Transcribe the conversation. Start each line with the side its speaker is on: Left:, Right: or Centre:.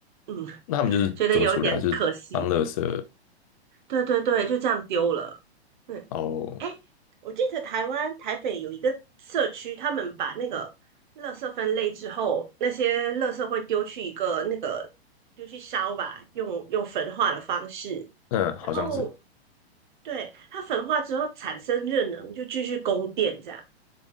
Right: 嗯，
Left: 那他们就是怎么处理啊？
Right: 觉得有点可惜。
Left: 就是当乐事，
Right: 对对对，就这样丢了。对，
Left: 然后
Right: 哎，我记得台湾台北有一个社区，他们把那个垃圾分类之后，那些垃圾会丢去一个那个丢去烧吧，用用焚化的方式，
Left: 嗯，
Right: 然后
Left: 好像是，
Right: 对它焚化之后产生热能，就继续供电这样。